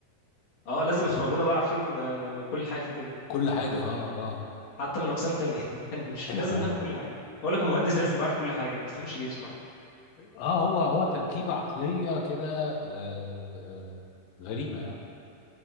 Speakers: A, on the left; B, on the left.
A: اه لازم يخرجونا بقى عارفين آه، كل حاجه في الدنيا
B: كل حاجه اه اه
A: حتى من اقسام تانية <laughs> يعني مش
B: <coughs>
A: لازم ناخد كل حاجه اقول لك المهندس لازم يبقى عارف كل حاجه ما تفهمش ليه بصراحه
B: اه هو هو تركيبه عقليه كده آه... ب- آه، غريبه يعني